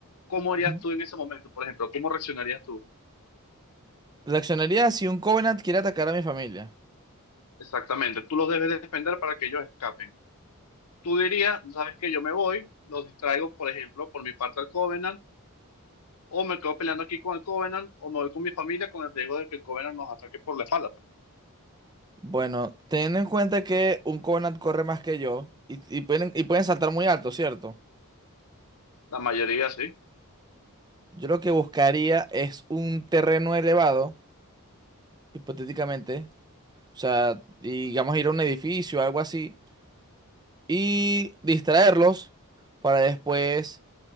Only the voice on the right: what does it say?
Ujú.
Reaccionaría si un Covenant quiere atacar a mi familia.
Bueno, teniendo en cuenta que un Covenant corre más que yo y, y pueden, y pueden saltar muy alto, ¿cierto?
Yo lo que buscaría es un terreno elevado, hipotéticamente. O sea, digamos ir a un edificio, algo así, y distraerlos para después